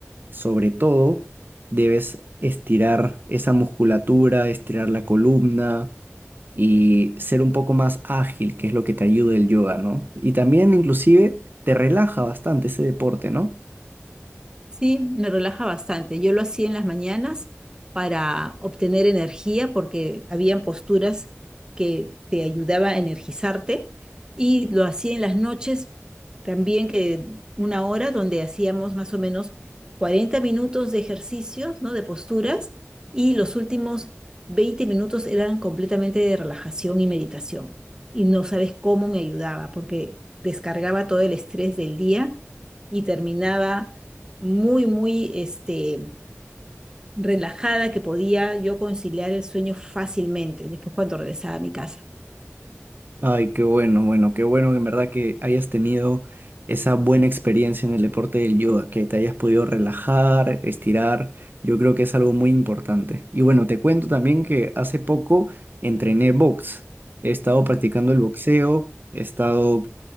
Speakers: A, on the right; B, on the right.
A: sobre todo debes estirar esa musculatura, estirar la columna y ser un poco más ágil, que es lo que te ayuda el yoga, ¿no? Y también inclusive te relaja bastante ese deporte, ¿no?
B: Sí, me relaja bastante. Yo lo hacía en las mañanas para obtener energía porque habían posturas que te ayudaba a energizarte y lo hacía en las noches también que una hora donde hacíamos más o menos 40 minutos de ejercicios, ¿no? De posturas y los últimos 20 minutos eran completamente de relajación y meditación. Y no sabes cómo me ayudaba porque descargaba todo el estrés del día y terminaba muy, muy este, relajada que podía yo conciliar el sueño fácilmente después cuando regresaba a mi casa.
A: Ay, qué bueno, bueno, qué bueno que en verdad que hayas tenido esa buena experiencia en el deporte del yoga, que te hayas podido relajar, estirar. Yo creo que es algo muy importante. Y bueno, te cuento también que hace poco entrené box. He estado practicando el boxeo, he estado